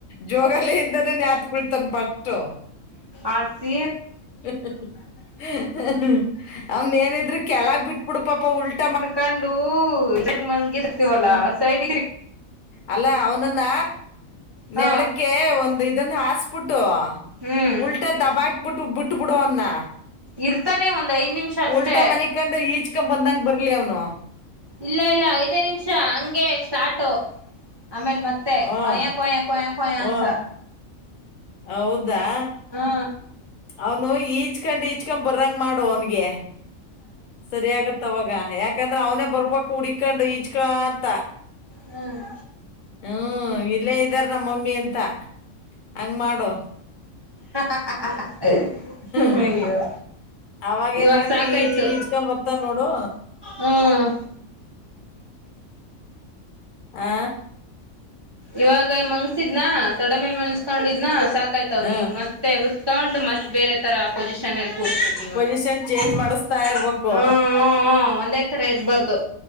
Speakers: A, on the left; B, on the right.
A: ಜೋಗಾಲಿ ಇಂದೆನೆ ನ್ಯಾತ್ ಬಿಡ್ತನ್ ಫಸ್ಟು.
B: ಆ ಸೀರೆ
A: <inaudible> ಅವನ ಏನಿದ್ರೂ ಕೆಳಗ್ ಬಿಟ್ಬಿಡು ಪಾಪ ಉಲ್ಟ.
B: ಕರ್ಕೊಂಡು ಸೈಡಗೆ ಮಲಗಿಸಿರ್ತಿವಲ
A: ಹ್ಮ್
B: ಸೈಡ.
A: ಅಲ್ಲ ಅವನನ್ನ
B: ಹಾ
A: ನೆಲಕ್ಕೆ ಒಂದ್ ಇದನ್ನ ಹಾಸಿ ಫುಡು
B: ಹ್ಮ್
A: ಉಲ್ಟ ದಬಾಕ್ಬಿಟ್ಟು ಬಿಟ್ಟ ಬಿಡು ಅವ್ನ್.
B: ಇರ್ತಾನೆ ಒಂದ ಐದ ನಿಮಿಷ. ಅಷ್ಟೇ
A: ಉಲ್ಟಾ ಮನಿಕಂಡು ಈಜಕೊಂಡ ಬಂದಂಗ ಬರ್ಲಿ ಅವ್ನು.
B: ಇಲ್ಲ ಇಲ್ಲ ಐದೇ ನಿಮಿಷ ಹಂಗೆ ಸ್ಟಾರ್ಟು ಆಮೇಲ್ ಮತ್ತೆ. ಮತ್ತೆ
A: ಹ್ಮ್
B: ಕೊಯ ಕೊಯ್ಯ ಕೊಯ್ಯೋ
A: ಹ್ಮ್
B: ಅಂತ
A: ಹೌದಾ
B: ಹಾ
A: ಅವನು ಈಜ್ ಇಚ್ಕೊಂಡ್ ಇಚ್ಕೊಂಡ್ ಬರಂಗ್ ಮಾಡು ಅವ್ನಿಗೆ ಸರಿ ಆಗತ್ತ ಅವಾಗ ಹ ಯಾಕಂದ್ರೆ ಅವನೇ ಬರ್ಬಕ್ ಹುಡ್ಕಂಡು ಈಚ್ಕೊಂತ.
B: ಹ್ಮ್
A: ಹ್ಮ್ ಇಲ್ಲೇ ಇದ್ದರೆ ನಮ್ ಮಮ್ಮಿ ಅಂತ ಹಾಂಗ್ ಮಾಡು.
B: <inaudible>
A: ಹ್ಮ್
B: ಅಯ್ಯೋ
A: ಅವಾಗ
B: ಇವಾಗ
A: ಏನಾಯ್ತು
B: ಸಾಕಾಯ್ತು
A: ಈಜಿ ಈಚ್ಕೊಂಡ್ ಬತ್ತ ನೋಡು.
B: ಹ್ಮ್
A: ಆ
B: ಇವಾಗ ಮಂಗಸಿದ್ನಾ ತೊಡೆ ಮೇಲ್ ಮನ್ಸ್ಕೊಂಡಿದ್ನಾ ಸಾಕಾಯ್ತ ಅವ್ನಿಗ್
A: ಹ
B: ಮಾತ್. ಮತ್ತೆ ಎಬ್ಬಿಕೊಂಡು ಮತ್ ಬೇರೆತರ ಪೊಸಿಷನ್ ಅಲ್ಲಿ ಕೂರಿಸ ಬೇಕ ಇವಾಗ
A: ಪೊಸಿಷನ್
B: ಹ
A: ಚೇಂಜ್ ಮಾಡಿಸ್ತಾ ಇರ್ಬೇಕು
B: ಹೂ ಹೂ. ಹಾ ಒಂದೇತರ ಇರ್ಬಾರದು.